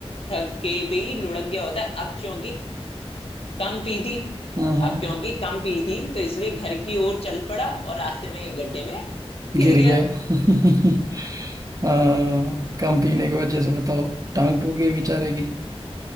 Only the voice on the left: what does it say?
ठक्के पे ही लुढ़क गया होता अब चूंकि कम पी थी
अब क्योंकि कम पी थी तो इसलिए घर की ओर चल पड़ा और रास्ते में एक गड्ढे में
गिर गया